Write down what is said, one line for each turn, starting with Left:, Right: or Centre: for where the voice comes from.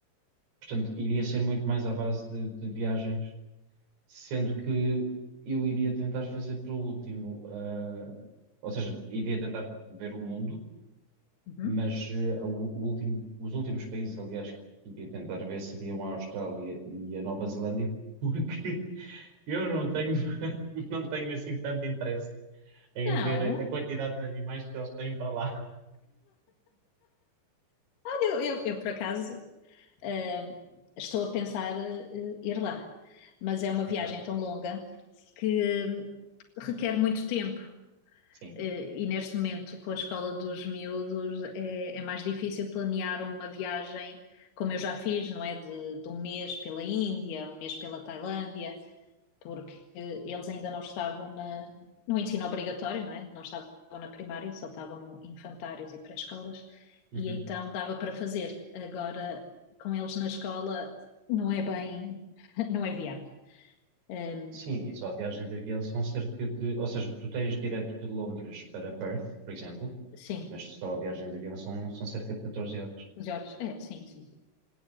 Right: portanto, iria ser muito mais à base de, de viagens, sendo que eu iria tentar fazer para o último, ah, ou seja, iria tentar ver o mundo,
Left: Uhum.
Right: mas eh, o, o último, os últimos países, aliás, que iria tentar ver seriam a Austrália e a Nova Zelândia, porque <laughs> eu não tenho, <laughs> não tenho assim tanto interesse em
Left: Não,
Right: ver a quantidade de animais que eles têm para lá.
Left: olha, eu, eu, eu, por acaso eh, estou a pensar eh, ir lá, mas é uma
Right: Ok,
Left: viagem tão longa que requer muito tempo.
Right: sim.
Left: Eh, E neste momento, com a escola dos miúdos, é, é mais difícil planear uma viagem, como eu já fiz, não é? De, de um mês pela Índia, um mês pela Tailândia, porque eh, eles ainda não estavam na, no ensino obrigatório, não é? Não estavam na primária, só estavam no infantários e pré-escolas,
Right: Uhum.
Left: e então dava para fazer. Agora, com eles na escola, não é bem, <laughs> não é viável. Eh,
Right: Sim, e só a viagem de avião são cerca de. Ou seja, tu tens direto de Londres para Perth, por exemplo,
Left: sim,
Right: mas só a viagem de avião são, são cerca de catorze horas.
Left: Jorge, é, sim, sim.